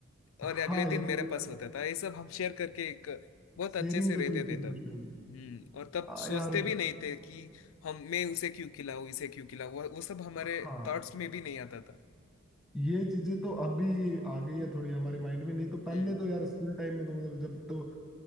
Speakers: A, on the left; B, in the centre.
A: और
B: हाँ
A: अगले दिन
B: ये
A: मेरे
B: तो
A: पास
B: यार
A: होता था ये सब हम शेयर करके एक बहुत
B: शेयरिंग
A: अच्छे से
B: तो
A: रहते
B: चलती
A: थे तब
B: थी उस टाइम पे
A: हम्म और तब
B: हाँ
A: सोचते
B: यार
A: भी नहीं थे कि हम मैं उसे क्यों खिलाऊं इसे क्यों खिलाऊं वो वो सब हमारे
B: हाँ
A: थॉट्स में भी नहीं आता था
B: ये चीजें तो अभी आ गई है थोड़ी हमारे माइंड में नहीं तो पहले
A: हम्म
B: तो यार स्कूल टाइम में तो मतलब जब तो अ,